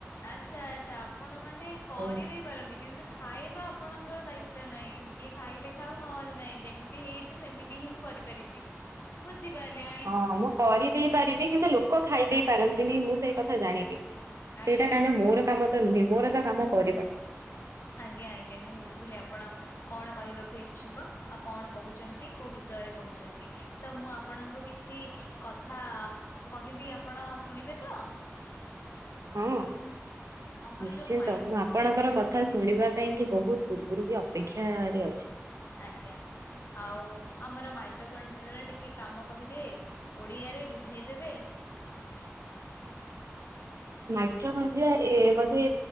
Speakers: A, on the left; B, on the right.
A: ଆଚ୍ଛା ଆଚ୍ଛା ଆପଣ ମାନେ କରି
B: ଆଉ
A: ଦେଇ ପାରନ୍ତି କିନ୍ତୁ ଖାଇବା ଆପଣଙ୍କର ଦାୟିତ୍ବ ନାହିଁ କିଏ ଖାଇଲେ ଖାଉ ନହେଲେ ନାହିଁ ଯେମିତି ହେଇ ଛି ସେମିତି ହିଁ ମୁଁ କରିପାରିବି। ବୁଝିପାରିଲି ଆ
B: ହଁ ମୁଁ କରିଦେଇ ପାରିବି କିନ୍ତୁ ଲୋକ ଖାଇ ଦେଇ
A: ଆଜ୍ଞା
B: ପାରନ୍ତିନି ମୁଁ ସେଇ ଥା ଜାଣିଲି ସେଇଟା
A: ଆଜ୍ଞା
B: କାହିଁକି
A: ଆଜ୍ଞା।
B: ନା ମୋର କାମ ତ ନୁହେଁ ମୋର ତ କାମ କରିବା।
A: ଆଜ୍ଞା ଆଜ୍ଞା ମୁଁ ବୁଝିଲି ଆପଣ କଣ କହିବାକୁ ଇଚ୍ଛୁକ ଆଉ କଣ କହୁଛନ୍ତି କୋଉ ବିଷୟରେ କହୁଛନ୍ତି? ତ ମୁଁ ଆପଣଙ୍କୁ କିଛି କଥା କହିବି ଆପଣ ଶୁଣିବେ ତ?
B: ହଁ
A: ଆମର
B: ନିଶ୍ଚିନ୍ତ
A: ଯୋଉ ମାଇ
B: ମୁଁ ଆପଣଙ୍କର
A: ହୁଁ
B: କଥ କଥା ଶୁଣିବା ପାଇଁ କି ବହୁତ ପୂର୍ବରୁ ବି ଅପେକ୍ଷା ରେ ଅଛି।
A: ଆଜ୍ଞା ଆଉ ଆମର ମାଇଟ କଣ୍ଡିଆର ଟିକେ କାମ କହିବେ? ଓଡିଆରେ ବୁଝେଇଦେବେ?
B: ମାଇଟ୍ରୋକଣ୍ଡିଆ ଏ ବୋଧେ